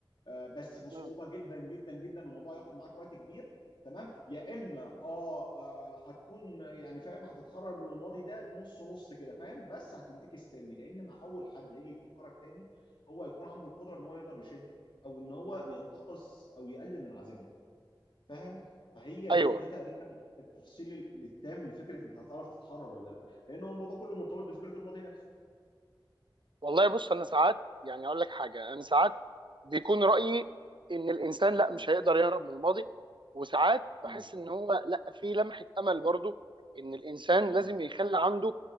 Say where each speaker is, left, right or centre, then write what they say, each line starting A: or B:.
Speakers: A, on the left (about 65°); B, on the right (about 65°).
A: آه، بس بصعوبه
B: مم.
A: جدا جدا جدا والموضوع ياخد معاك وقت كبير تمام يا اما اه آه، هتكون يعني فاهم هتتحرر من الماضي ده نص نص كده فاهم بس هتنتكس تاني لان مع اول حد هيجي يفكرك تاني هو هيكون عنده القدره ان هو يقدر يشدك او ان هو ينتقص او يقلل من عزيمتك فاهم فهي
B: ايوه
A: دي ده تقريبا التفصيل ال- التام لفكره انت هتعرف تتحرر ولا لا لان هو الموضوع كله مرتبط بفكره الماضي نفسه
B: والله بص انا ساعات يعني اقول لك حاجه انا ساعات بيكون رايي ان الانسان لا
A: م-
B: مش هيقدر يهرب من الماضي وساعات بحس
A: م-
B: ان هو لا في لمحه امل برضو ان الانسان
A: م-
B: لازم يخلي عنده